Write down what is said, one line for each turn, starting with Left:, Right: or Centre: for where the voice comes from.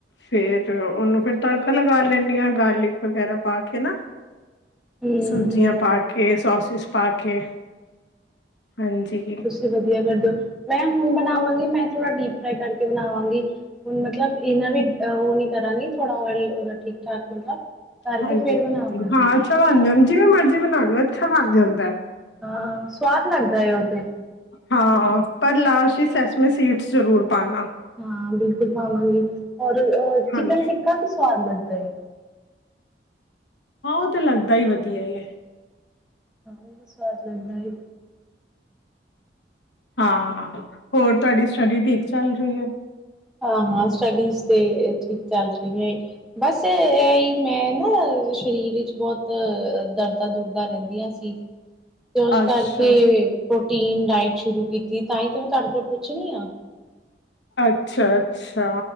Left: ਫਿਰ ਉਹਨੂੰ ਫਿਰ ਤੜਕਾ ਲਗਾ ਲੈਂਣੀ ਆਂ ਗਾਰਲਿਕ ਵਗੈਰਾ ਪਾ ਕੇ ਨਾ।
Centre: ਹੂੰ-ਹੂੰ-ਹੂੰ
Left: ਸਬਜ਼ੀਆਂ ਪਾ ਕੇ ਸੋਸਿਸ ਪਾ ਕੇ ਹਾਂਜੀ।
Centre: ਤੁਸੀਂ ਵਧੀਆ ਕਰ ਦਿਓ ਮੈਂ ਹੁਣ ਬਣਾਵਾਂਗੀ ਮੈਂ ਥੋੜਾ ਡੀਪ ਫਰਾਈ ਕਰਕੇ ਬਣਾਵਾਂਗੀ। ਹੁਣ ਮਤਲਬ ਇਹਨਾ ਵੀ ਓ ਨੀ ਕਰਾਂਗੀ ਥੋੜਾ ਆਇਲ ਠੀਕ ਠਾਕ ਮਤਲਬ ਕਰਕੇ
Left: ਹਾਂਜੀ
Centre: ਫੇਰ ਬਣਾਵਾਂਗੀ।
Left: ਹਾਂਜੀ ਹਾਂ ਅੱਛਾ ਬਣ ਜਾਂ ਜਿਵੇਂ ਮਰਜ਼ੀ ਬਣਾ ਲਓ ਅੱਛਾ ਬਣ ਜਾਂਦਾ ਏ।
Centre: ਹਾਂ ਸਵਾਦ ਲੱਗਦਾ ਹੈ ਓ ਤੇ
Left: ਹਾਂ ਪਰ ਲਾਸਟ ਹੀ ਸਸ ਮੈਂ ਸੀਟਸ ਜ਼ਰੂਰ ਪਾਣਾ।
Centre: ਹਾਂ ਬਿਲਕੁਲ ਪਾਵਾਂਗੀ ਔਰ
Left: ਹਾਂਜੀ
Centre: ਚਿਕਨ ਟਿੱਕਾ ਕੀ ਸਵਾਦ ਲੱਗਦਾ ਏ।
Left: ਹਾਂ ਓ ਤੇ ਲੱਗਦਾ ਈ ਵਧੀਆ ਏ।
Centre: ਹ ਓ ਵੀ ਸਵਾਦ ਲੱਗਦਾ ਏ।
Left: ਹਾਂ ਹੋਰ ਤੁਹਾਡੀ ਸਟੱਡੀ ਠੀਕ ਚੱਲ ਰਈ ਏ।
Centre: ਹਾਂ-ਹਾਂ ਸਟੱਡੀਜ਼ ਤੇ ਠੀਕ ਚੱਲ ਰਈ ਏ। ਬਸ ਇਹ ਹੀ ਮੈਂ ਨਾ ਸਰੀਰ 'ਚ ਬੋਤ ਦਰਦਾਂ ਦੁਰਦਾਂ ਰੈਂਦੀਆਂ ਸੀ ਤੇ ਉਸ
Left: ਅੱਛਾ
Centre: ਕਰਕੇ ਪ੍ਰੋਟੀਨ ਡਾਇਟ ਸ਼ੁਰੂ ਕੀਤੀ ਤਾਂ ਈ ਤੇ ਮੈਂ ਤੁਹਾਡੇ ਕੋਲ ਪੁੱਛ ਰੀ ਆ।
Left: ਅੱਛਾ-ਅੱਛਾ